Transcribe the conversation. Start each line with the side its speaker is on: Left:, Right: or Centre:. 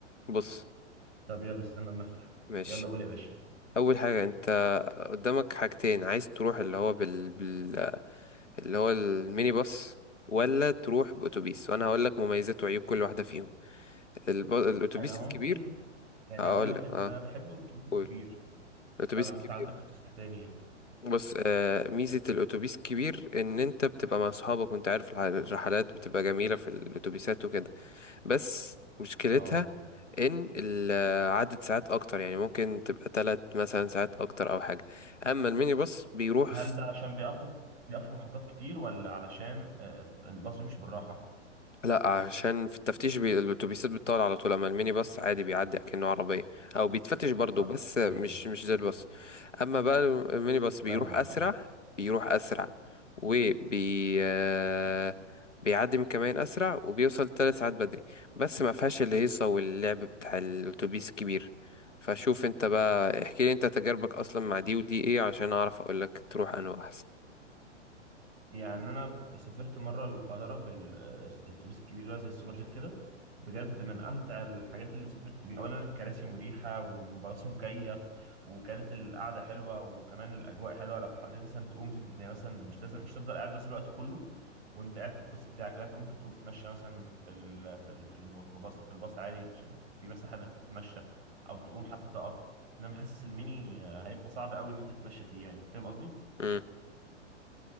Left: بص
Right: طب يلا استنى اما افتح
Left: ماشي
Right: يلا قول يا باشا
Left: اول حاجه انت قدامك حاجتين عايز تروح اللي هو بال... بال... آه، اللي هو الميني باص ولا تروح باتوبيس وانا هقول لك مميزات وعيوب كل واحده فيهم الب... الاتوبيس
Right: انا ممكن
Left: الكبير
Right: يعني
Left: هقول
Right: اقول لك
Left: لك
Right: اللي
Left: اه
Right: انا بحبه الاتوبيس الكبير
Left: قول الاتوبيس
Right: فلو
Left: الكبير
Right: انت عندك اقتراح تاني
Left: بص آه، ميزة الأتوبيس كبير إن أنت بتبقى مع صحابك وأنت عارف الح- الرحلات بتبقى جميلة في الأتوبيسات وكده بس مشكلتها
Right: اه
Left: إن ال- آه، عدد ساعات أكتر يعني ممكن تبقى تلات مثلا ساعات أكتر أو حاجة أما الميني باص بيروح
Right: هل
Left: في
Right: ده عشان بيقفوا بيقفوا محطات كتير ولا علشان آه، الباص بيمشي بالراحه
Left: لا عشان في التفتيش بي... الاتوبيسات بتطول على طول اما الميني باص عادي بيعدي كأنه عربيه او بيتفتش برضه
Right: اه
Left: بس مش
Right: اوكي
Left: مش زي الباص اما بقى الميني باص بيروح
Right: فاهمك
Left: اسرع
Right: اه
Left: بيروح اسرع وبي آه، بيعدي من كمان اسرع وبيوصل ثلاث ساعات بدري بس ما فيهاش الهيصه واللعب بتاع الاتوبيس الكبير فشوف انت بقى احكي لي انت تجاربك اصلا مع دي ودي ايه عشان اعرف اقول لك تروح انه احسن
Right: يعني انا سافرت مره القاهره بالاتوبيس الكبير اللي هو زي السوبر جيت كده بجد من امتع الحاجات اللي سافرت بيها اولا الكراسي مريحه والباص مكيف وكانت القعده حلوه وكمان الاجواء حلوه لو حبيت مثلا تقوم تت- يعني مثلا مش لازم مش تفضل قاعد بس الوقت كله وانت قاعد في الكرسي بتاعك لا انت ممكن تقوم تتمشى مثلا في ال... في ال... في الميكروباص في الباص عادي عشان في مساحه انك تتمشى او تقوم حتى تقف انما حاسس الميني آه، هيبقى صعب قوي ان انت تتمشى فيه يعني فاهم قصدي
Left: امم